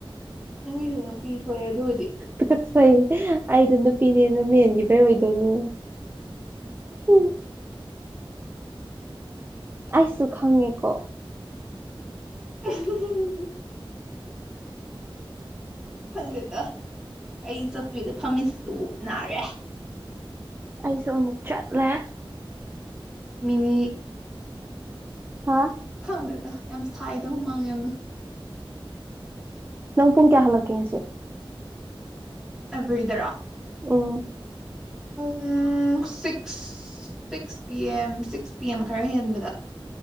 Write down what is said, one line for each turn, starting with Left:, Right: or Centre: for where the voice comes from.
Centre: ꯅꯪꯒꯤꯁꯨ ꯅꯨꯄꯤ ꯊꯣꯛꯑꯦ ꯑꯗꯨꯕꯨꯗꯤ
Right: ꯀꯠꯆꯩ ꯑꯩꯗ ꯅꯨꯄꯤꯅꯦꯅ ꯃꯦꯟꯒꯤꯕꯩ ꯑꯣꯏꯗꯣꯏꯅꯦ ꯍꯦꯡ ꯑꯩꯁꯨ ꯈꯪꯉꯦꯀꯣ
Centre: <unintelligible> ꯐꯪꯗꯦꯗ ꯑꯩ ꯆꯧꯀ꯭ꯔꯤꯗ ꯐꯝꯃꯤꯁꯤꯇ ꯅꯥꯔꯦ
Right: ꯑꯩꯁꯨ ꯑꯃꯨꯛ ꯆꯠꯂꯦ
Centre: ꯃꯤꯅꯤ
Right: ꯍꯥꯥ
Centre: ꯈꯪꯗꯗ ꯌꯥꯝ ꯁꯥꯏꯗ ꯍꯨ ꯃꯥꯡꯉꯦ ꯌꯥꯝꯅ
Right: ꯅꯪ ꯄꯨꯡ ꯀꯌꯥ ꯍꯜꯂꯛꯀꯦ ꯁꯤꯦ
Centre: ꯑꯦꯕ꯭ꯔꯤꯗꯔꯥ
Right: ꯎꯝ
Centre: ꯄꯨꯡ six six P M six P M ꯈꯔ ꯍꯦꯟꯕꯗ